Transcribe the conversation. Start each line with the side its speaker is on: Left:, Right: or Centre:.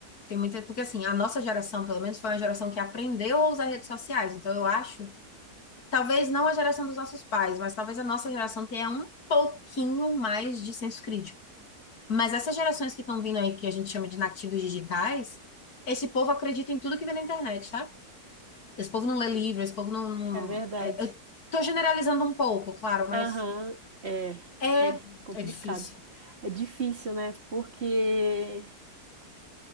Left: Tem muita, porque assim, a nossa geração, pelo menos, foi uma geração que aprendeu a usar redes sociais. Então, eu acho, talvez não a geração dos nossos pais, mas talvez a nossa geração tenha um pouquinho mais de senso crítico. Mas essas gerações que estão vindo aí, que a gente chama de nativos digitais, esse povo acredita em tudo que vê na internet, sabe? Esse povo não lê livro, esse povo não. não-
Right: É verdade.
Left: é, eu tô generalizando um pouco, claro, mas
Right: Aham, é,
Left: é,
Right: é complicado.
Left: é difícil.
Right: É difícil, né? Porque,